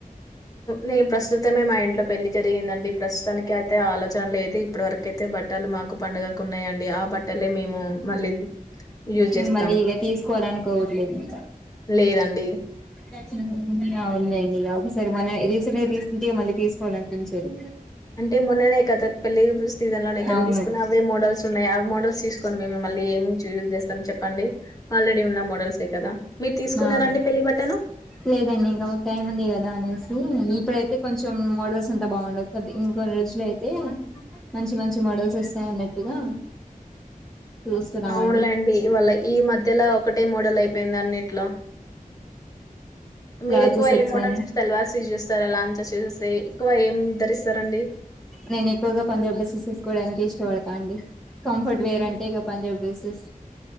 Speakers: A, on the left; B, in the centre.
A: నే ప్రస్తుతమే మా ఇంట్లో పెళ్లి జరిగిందండి. ప్రస్తుతానికి అయితే ఆలోచన లేదు, ఇప్పటి వరకు అయితే బట్టలు మాకు పండుగకు ఉన్నాయంండి, ఆ బట్టలే మేము మళ్ళీ. యూజ
B: నేను
A: జే స్
B: మళ్ళీ ఇగ తీసుకోవాలనుకోవట్లేదు ఇంకా
A: లేదండి
B: హ్మ్ అవున్లెండి ఇగ ఒకసారి మనం రీసెంట్ గా తీసుకుంటే మళ్ళీ తీసుకోవాల అనిపించదు.
A: అంటే మొన్ననే కదా పళ్లి బు స్ సీజన్ లోనే కదా
B: అవును,
A: తీసుకున్న అవే మోడల్స్ ఉన్నాయా మోడస్ తీస్ కొని మేం మళ్ళీ ఏం యూజ్ చేస్తాం చెప్పండి, ఆల్రెడీ ఉన్న మోడల్సే కదా. మీరు తీసుకున్నారండి
B: అవున్
A: పెళ్లి బట్టలు
B: లేదండి ఇంకా ఒక టైం ఉంది కదా అనేసి ఈ ఇప్పుడైతే కొంచెం మోడల్స్ అంతా బాగుండదు కొ ఇం కొన్ని రోజులు అయితే, మంచి మంచి మోడల్స్ వస్తాయి అన్నట్టుగా. చూస్తున్నామండి
A: అవునులేండి ఇ వాళ్ళ ఈ మధ్యల ఒకటే మోడల్ అయిపోయింది అన్నిట్లో
B: ప్లాజో
A: మీరు ఎక్కువ
B: సెట్స్
A: ఏ మోడల్స్
B: అని
A: సల్వార్స్ యూజ్ చేస్తారా అలాన్ చూసేసి ఎక్కువ ఏం ధరిస్తారండి.
B: నేను ఎక్కువగా పంజాబ్ డ్రెస్సెస్ ఏసుకోడానికే ఇష్టపడతా అండి. కంఫర్ట్
A: హ్మ్.
B: వేర్ అంటే ఇగ పంజాబ్ డ్రెస్ జెస్